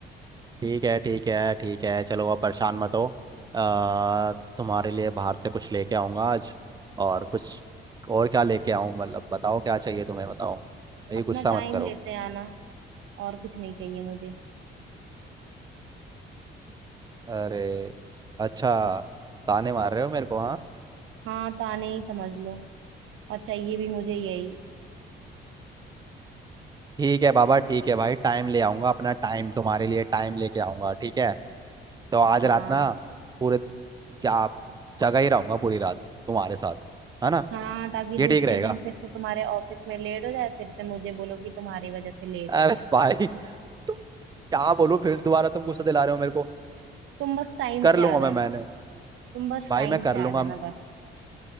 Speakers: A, on the right (about 20°); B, on the right (about 80°).
A: ठीक है ठीक है ठीक है चलो अब परेशान मत हो अ, तुम्हारे लिए बाहर से कुछ लेके आऊंगा आज और कुछ और क्या लेके आऊं मतलब बताओ क्या चाहिए तुम्हें बताओ ये
B: अपना
A: गुस्सा
B: टाइम
A: मत करो
B: लेते आना और कुछ नहीं चाहिए मुझे
A: अरे अच्छा ताने मार रहे हो मेरे को हाँ
B: हाँ ताने ही समझ लो और चाहिए भी मुझे यही
A: ठीक है बाबा ठीक है भाई टाइम ले आऊंगा अपना टाइम तुम्हारे लिए टाइम लेके आऊंगा ठीक है तो आज
B: हाँ
A: रात ना पूरे क्या जगह ही रहूंगा पूरी रात तुम्हारे साथ है ना
B: हाँ ताकि
A: ये
B: दूसरे
A: ठीक रहेगा
B: दिन फिर से तुम्हारे ऑफिस में लेट हो जाए फिर से मुझे बोलो कि तुम्हारी वजह से लेट
A: अरे
B: हो गया
A: भाई तो क्या बोलूं फिर दोबारा तुम गुस्सा दिला रहे हो मेरे को
B: तुम बस टाइम
A: कर
B: से
A: लूंगा
B: आ जाना
A: मैं मैंने
B: तुम बस
A: भाई
B: टाइम
A: मैं कर
B: से आ
A: लूंगा
B: जाना बस